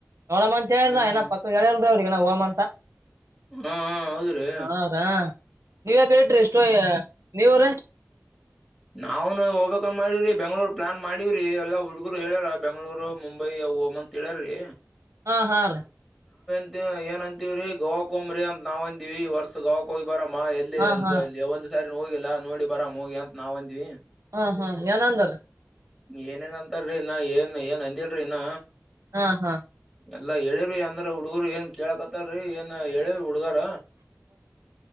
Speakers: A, on the right; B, in the centre.
A: ನೋಡ್ ಅಂತ ಹೇಳ್ರಏ
B: ಹ್ಮ್ ಹ್ಮ್
A: ಪಕ್ಕ ಹೇಳಿಲ್ರಿೀ ಅವ್ರಿಗಏನ ಹೋಮ ಅಂತ
B: ಹಾ ಹೌದ್ರೀ
A: ಹಾ ರಾ ನೀವ್ ಯಾಕ ಹೇಳಟ್ರಿ ಎಷ್ಟೋಯ ನೀವ್ರ
B: ನಾವ್ನು ಹೋಗ್ಬೇಕ ಮಾಡಿ್ರಿ ಬೆಂಗ್ಳೂರ್ ಪ್ಲಾನ್ ಮಾಡಿವ್ರಿ ಎಲ್ಲ ಹುಗರು ಹೇಳ್ಯಾರ ಬೆಂಗ್ಳೂರು ಮುಂಬೈ ಅವು ಹೋಮ್ ಅಂತ ಹೇಳ್ಯಾರ್ರೀ
A: ಹಾ ಹಾ ರೀ
B: ಏನ್ ಅಂತೀವ್ರೀ ಗೋಕಂಬ್ರಿ ಅಂತ ನಾವ್ ಅಂದಿವವಿ ವರ್ಷ ಗೋಕ ಬರಮ್ಮ ಎಲ್ಲಿೇ
A: ಹಾ
B: ಎಲ್ತು
A: ಹಾ
B: ಅಲ್ಲಿ ಒಂದ್ ಸಾರಿ ಹೋಗಿಲ್ಲಾ ನೋಡಿ ಬರಾಮ ಹೋಗಿ ಅಂತ ನಾವ್ ಅಂದ್ವಿ
A: ಹಾ ಹಾ ಏನಂದ್ರ
B: ಏನೇನ್ ಅಂತಲ್ರಿ ಇನ್ನ ಏನ್ ಏನ್ ಅಂದಿಲ್ರಿ ಇನ್ನ
A: ಹಾ ಹಾ
B: ಎಲ್ಲಾ ಹೇಳಿರಿ ಅಂದ್ರ ಉಡು ಅವ್ರ ಏನ್ ಕೇಳಕತ್ತಲ್ರಿ ಏನ್ ಹೇಳೇರಿ ಹುಡ್ಗಾರ